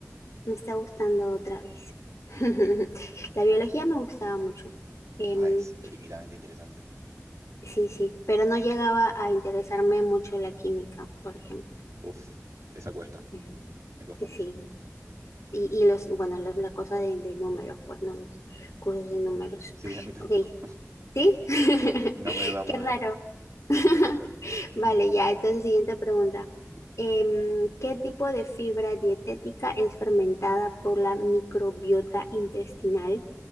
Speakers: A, on the left (about 65°); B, on the right (about 65°).
A: Me está gustando otra vez. <laughs>
B: Mm.
A: La biología me gustaba mucho. Em,
B: Ah, es infinitamente interesante.
A: sí, sí, pero no llegaba a interesarme mucho la química, por ejemplo.
B: Uf, esa cuesta,
A: Ujú.
B: me costó
A: Sí,
B: mucho.
A: y, y los, bueno, los- la cosa de, de números, pues no, los cursos de números.
B: Sí, a mí tampoco.
A: Ok,
B: <laughs>
A: ¿sí? <laughs>
B: No me va muy
A: Qué raro.
B: bien.
A: <laughs> Vale, ya, entonces siguiente pregunta. Em, ¿qué tipo de fibra dietética es fermentada por la microbiota intestinal?